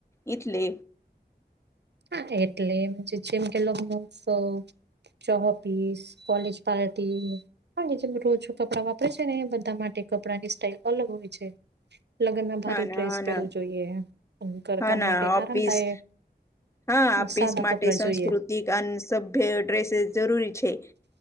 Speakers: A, on the left; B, on the right.
A: ઈથલે
B: હા, એટલે એમ જેમ કે લગ્ન ઉત્સવ <unintelligible> કોલેજ પાર્ટી કે જેમ રોજો કપડાં વાપરે છે ને એ બધા માટે કપડાંની સ્ટાઈલ અલગ હોય છે. લગ્નમાં ભારે
A: હા
B: ડ્રેસ
A: ના હા
B: પહેરવું
A: ના
B: જોઈએ, ઘરકામ
A: હા ના
B: માટે
A: ઓફિસ
B: આરામદાયક
A: હા, આપીસ
B: સાદા
A: માટે
B: કપડા
A: સંસ્કૃત
B: જોઈએ
A: <unintelligible> સભ્ય ડ્રેસીસ જરૂરી છે,